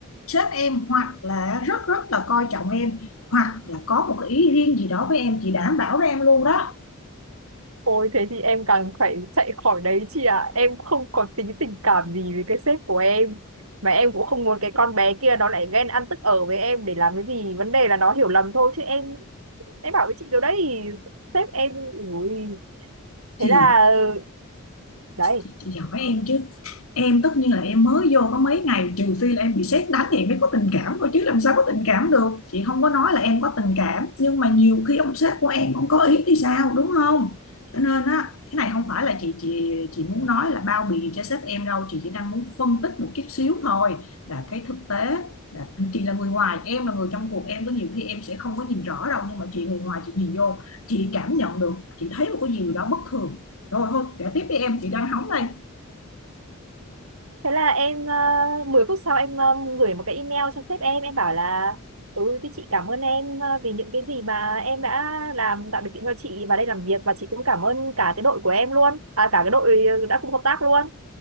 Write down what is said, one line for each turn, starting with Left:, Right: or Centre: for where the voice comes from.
Left: sếp em hoặc là rất rất là coi trọng em hoặc là có một cái ý riêng gì đó với em chị đảm bảo với em luôn đó
Right: Ôi thế thì em càng phải chạy khỏi đấy chị ạ Em không có tí tình cảm gì với cái sếp của em Mà em cũng không muốn cái con bé kia nó lại ghen ăn tức ở với em để làm cái gì Vấn đề là nó hiểu lầm thôi chứ em Em bảo với chị rồi đấy Sếp em ui.
Left: thì
Right: Thế là ờ, đấy
Left: chị, chị hỏi em chứ em tất nhiên là em mới vô có mấy ngày trừ phi là em bị sét đánh thì em mới có tình cảm thôi chứ làm sao có tình cảm được chị không có nói là em có tình cảm nhưng mà nhiều khi ông sếp của em ông có ý thì sao đúng không cho nên á cái này không phải là chị chị chị muốn nói là bao bì cho sếp em đâu chị chỉ đang muốn phân tích một chút xíu thôi là cái thực tế là chị là người ngoài em là người trong cuộc em có nhiều khi em sẽ không có nhìn rõ đâu nhưng mà chị người ngoài chị nhìn vô chị cảm nhận được chị thấy một cái gì đó bất thường rồi thôi kể tiếp đi em chị đang hóng đây
Right: Thế là em uh, 10 phút sau em ờ, gửi một cái email cho sếp em em bảo là ừ thì chị cảm ơn em ờ, vì những cái gì mà em đã làm tạo điều kiện cho chị vào đây làm việc và chị cũng cảm ơn cả cái đội của em luôn à, cả cái đội ờ, đã cùng hợp tác luôn